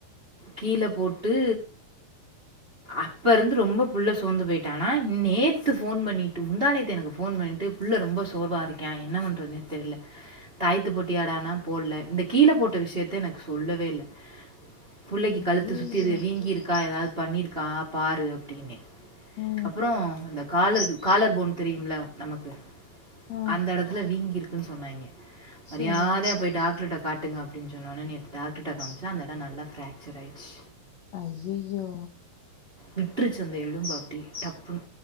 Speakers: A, on the right; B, on the left.
A: கீழ போட்டு அப்ப இருந்து ரொம்ப பிள்ள சோந்து போயிட்டானா நேத்து ஃபோன் பண்ணிட்டு முந்தா நேத்து எனக்கு ஃபோன் பண்ணிட்டு பிள்ள ரொம்ப சோர்வா இருக்கா என்ன பண்றதுன்னே தெர்ல தாயத்து போட்டியாடானா போடல இந்த கீழ போட்ட விஷயத்த எனக்கு சொல்லவே இல்ல புள்ளைக்கி
B: ஐயைய
A: கழுத்து சுத்தி எதுவு வீங்கீருக்கா ஏதாவது பண்ணிருக்கா பாரு அப்டின்னே
B: ம்
A: அப்பறோ அந்த காலருக்கு காலர் போன்னு தெரியும்ல நமக்கு
B: ஆ
A: அந்த எடத்துல வீங்கிருக் கு சொன்னாங்கே மரியாதயா
B: சரி
A: போய் டாக்டர்கிட்ட காட் ட்டுங்க அப்டின் சொன்னோனே நேத்து டாக்டிருட காமிச்சா அந்த எடோ நல்லா ஃப்ரக்சர் ஆயிச்சு
B: ஐய்யய்யோ
A: விற்றுச்சந்த எழும்பு அப்டியே டப்புணு